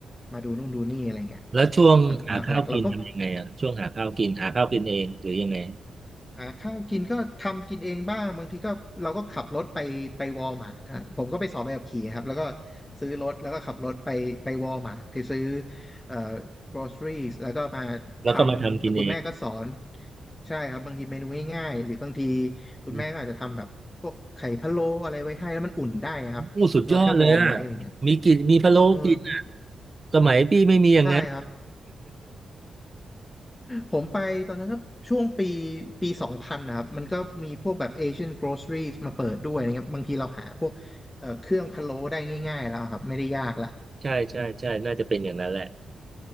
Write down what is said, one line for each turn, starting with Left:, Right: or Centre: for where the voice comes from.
Left: มาดูนู่นดูนี่อะไรเงี้ย
Right: แล้วช่วงหาข้าวกินทำยังไงอ่ะช่วงหาข้าวกินหาข้าวกินเองหรือยังไง
Left: เอ่อหลักๆเราก็ หาข้าวกินก็ทำกินเองบ้างบางทีก็เราก็ขับรถไปไปวอลมาร์ทอ่ะผมก็ไปสอบใบขับขี่ครับแล้วก็ซื้อรถแล้วก็ขับรถไปไปวอลมาร์ทไปซื้อเอ่อ groceries แล้วก็มาทำแล้วคุณแม่ก็สอน
Right: แล้วก็มาทำกินเอง
Left: ใช่ครับบางทีเมนูง่ายๆหรือบางทีคุณแม่ก็อาจจะทำแบบพวกไข่พะโล้อะไรไว้ให้แล้วมันอุ่นได้ครับเราแค่วอร์มไว้อะไรเงี้ย
Right: อู้สุดยอดเลยอ่ะมีกินมีพะโล้กินอ่ะ
Left: เออ
Right: สมัยพี่ไม่มีอย่างนั้น
Left: ใช่ครับ ผมไปตอนนั้นก็ช่วงปีปีสองพันนะครับมันก็มีพวกแบบ Asian Groceries มาเปิดด้วยนะครับบางทีเราหาพวกเอ่อเครื่องพะโล้ได้ง่ายๆแล้วครับไม่ได้ยากละ
Right: ใช่ใช่ใช่น่าจะเป็นอย่างนั้นแหละ